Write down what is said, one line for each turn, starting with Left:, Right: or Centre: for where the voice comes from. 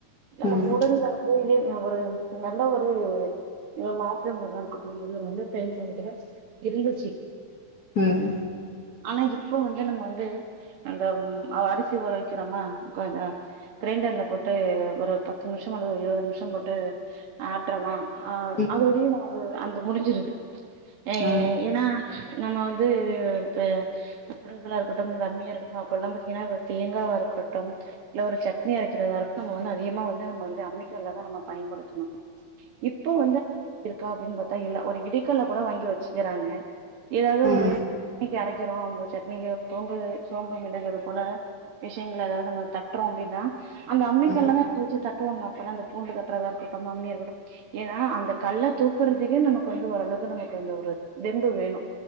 Right: நமக்கு
Left: ம்
Right: உடல் வந்து <unintelligible> ஒரு நல்ல ஒரு அ மாற்றங்கதா இருக்கட்டு <unintelligible> ஒரு நல்ல செயல்பாடுகளா இருந்துச்சி
Left: ம்
Right: ஆனா இப்ப வந்து நம்ம வந்து அந்த ம் அ அரிசி ஊற வக்கறமா கொஞ்ச க்ரைண்டர்ல போட்டு ஒரு பத்து நிம்ஷோ அல்லது இருவது நிமிஷோ போட்டு ஆட்றமா ஆ
Left: ம்
Right: அதோடயே நமக்கு அந் த முடிஞ்சிருது ஏ
Left: ஆமா
Right: ஏனா நம்ம வந்து இப்ப <inaudible> இருக்கட்டு அம்மியா இருக்கட் <unintelligible> அப்பல்லா பாத்தீங்கனா ஒரு தேங்காவா இருக்கட்டும் இல்ல ஒரு சட்னி அரைக்கிறதா இருக் நம்ம வந்து அதிகமா வந்து நம்ம வந்து அம்மி கல்லதா நம்ம பயன்படுத்துனோ இப்ப வந்து இருக்கா அப்டின் பாத் தா இல்ல ஒரு இடிக்கல்ல கூட வாங்கி வெச்சுக்கறாங்க ஏதாது
Left: ம்
Right: ஒரு ட்னிக்கு அரைக்கறோ <unintelligible> சட்னிக்கு சோம்பு <unintelligible> அது போல விஷயங்கள் அதாது நம்ம தட்றோ அப்டின்னா அந்த அம்மி
Left: ம்
Right: கல்ல தா வச்சு தட்டுவாங்க அதா அந்த பூண்டு தட்டுறதா இருக்கட்டு அம்மிய <inaudible> ஏனா அந்த கல்ல தூக்கறதுக்கே நமக்கு வந்து ஓரளவுக்கு நமக்கு வந்து ஒரு தெம்பு வேணு